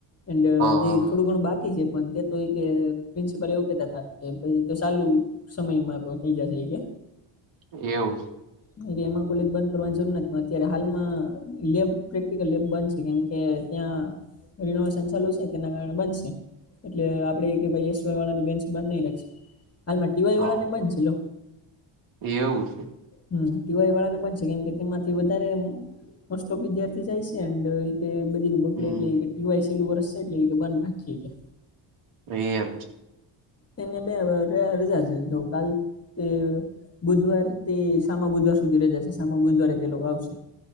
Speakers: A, on the left; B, on the right.
A: એન્ડ
B: હા
A: હજી
B: હા
A: થોડું ઘણું બાકી છે પણ તે તોયતે પ્રિન્સિપાલ એવું કેતા તા કે ભાઈ ઈ તો સાલું સમયમાં <unintelligible> કે
B: એવું જ.
A: ખોટી એમાં કોલેજ બંધ કરવાની જરૂર નથ <unintelligible> અત્યારે હાલમાં લેબ પ્રેક્ટિકલ લેબ બંધ છે કેમ કે ત્યાં રિનોવેશન ચાલુ છે તેના કારણે બનશે એટલે આપડે ઈકે ભાઈ એસવાય વાળાની બેન્ચ બંધ નહી <unintelligible> હાલમાં ટીવાઈ વાળા
B: હા
A: ને બંધ છે લો
B: એવું છે
A: હમ ટીવાય વાળાને બંધ છે કેમ કે તેમાંથી વધારે મોસ્ટ ઓફ વિદ્યાર્થી જાય છે <unintelligible> કે બધી ન બગડે
B: હમ
A: એટલે ટીવાય છેલું વર્ષ છે એટલે ઈકે બંધ રાખીએ ઈકે
B: એમ
A: તેને બે રજા છે જો કાલ તે બુધવાર તે સામા બુધવાર સુધી રજા છે સામા બુધવારે એ લોકો આવશે